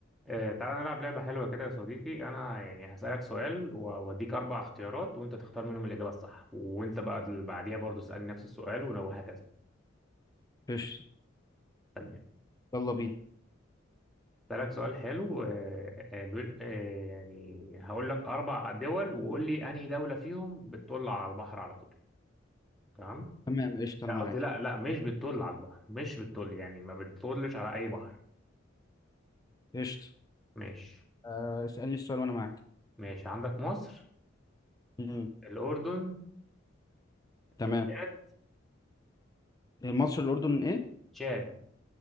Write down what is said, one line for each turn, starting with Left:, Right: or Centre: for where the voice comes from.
Centre: آه، تعالى نلعب لعبة حلوة كده يا صديقي أنا يعني هسألك سؤال وأديك أربع اختيارات وأنت تختار منهم الإجابة الصح وأنت بقى اللي بعديها برضو اسألني نفس السؤال ون- وهكذا
Left: قشطة
Centre: تمام
Left: يلا بينا
Centre: هسألك سؤال حلو آه، آه، بيقول- آه، يعني هقول لك أربع دول وقول لي أنهي دولة فيهم بتطل على البحر على طول تمام
Left: تمام قشطة أنا
Centre: آه،
Left: معاك
Centre: قصدي لا لا مش بتطل على البحر مش بتطل يعني ما بتطلش على أي بحر
Left: قشطة
Centre: ماشي
Left: آه، اسألني السؤال وأنا معاك
Centre: ماشي عندك مصر
Left: مم.
Centre: الأردن
Left: تمام
Centre: التشاد
Left: المصر الأردن إيه؟
Centre: تشاد